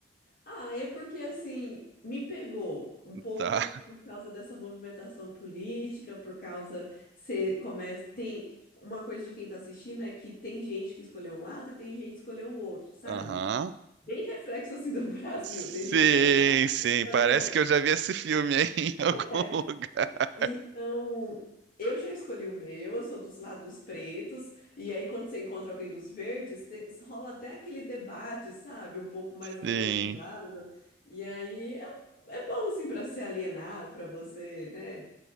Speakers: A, on the left; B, on the right.
A: Ah, é porque assim, me pegou um pouco
B: Tá.
A: por causa dessa movimentação política, por causa você começa tem uma coisa de quem tá assistindo é que tem gente que escolheu um lado e tem gente que escolheu o outro, sabe?
B: Aham.
A: Bem reflexo assim do <laughs> Brasil,
B: Sim,
A: tem gente que escolhe um lado
B: sim.
A: e escolhe
B: Parece
A: o outro.
B: que eu já vi esse filme aí <laughs> em algum
A: É,
B: lugar.
A: então, eu já escolhi o meu, eu sou dos lados pretos, e aí quando você encontra alguém dos verdes, te- rola até aquele debate, sabe? Um pouco mais aprofundado.
B: Sim,
A: E aí é, um- é bom, assim, para se alienar, para você, né,